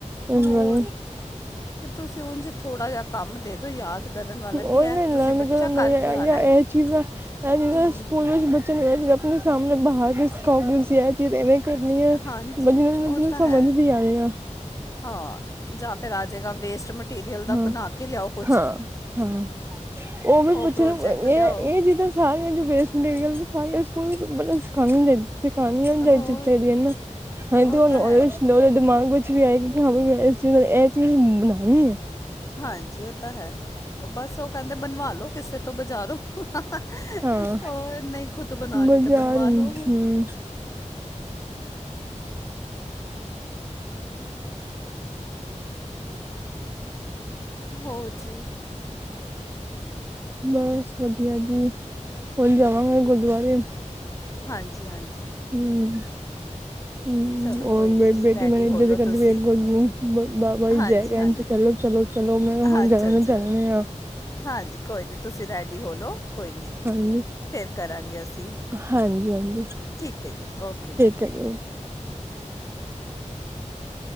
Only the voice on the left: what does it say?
ਹੋਰ
ਕਿ ਤੁਸੀਂ ਉਂਝਚ ਥੋੜ੍ਹਾ ਜਿਹਾ ਕੰਮ ਦੇ ਦਿਉ ਯਾਦ, ਕਰਨ ਵਾਲਾ ਕਿ
ਇਹ
ਤੁਸੀਂ
ਬੱਚਾ
ਕਰਕੇ ਆਉਣਾ
ਹੂੰ
ਹਾਂਜੀ
ਉਹ
ਤਾਂ
ਹੈ
ਹਾਂ, ਜਾਂ ਫਿਰ ਆ ਜਾਏਗਾ ਵੇਸਟ ਮ ਮਟੀਰੀਅਲ ਦਾ
ਬਣਾ ਕੇ ਲਿਆਓ ਕੁਛ,
ਉਹ
ਪ੍ਰੋਜੈਕਟ
ਲਿਆਓ,
ਹੋਰ
ਉਹ
ਤਾਂ ਹੈ ਹੀ ਹੈ।
ਹਾਂਜੀ, ਉਹ ਤਾਂ ਹੈ, ਬਸ ਉਹ ਕਹਿੰਦੇ ਬਣਵਾ ਲੋ ਕਿਸੇ ਤੋਂ ਬਜਾਰੋ, ਹਾਹਾ--ਔਰ
ਨਹੀਂ ਖ਼ੁਦ ਬਣਵਾਨੀ
ਤਾਂ ਬਣਵਾ
ਲਉ, ਹੋਰ ਜੀ,
ਹਾਂਜੀ- ਹਾਂਜੀ।
ਚਲੋ
ਕੋਈ ਨਹੀਂ ਜੀ
ਰੈਡੀ
ਹੋ
ਲਓ
ਤੁਸੀਂ
ਹਾਂਜੀ-ਹਾਂਜੀ
ਅੱਛਾ-ਅੱਛਾ
ਹਾਂਜੀ ਕੋਈ ਨਈ, ਤੁਸੀਂ ਰੈਡੀ ਹੋ ਲਉ, ਕੋਈ ਨਈ
ਫਿਰ ਕਰਾਂਗੇ ਅਸੀਂ,
ਠੀਕ ਏ ਜੀ, ਓਕੇ ਜੀ।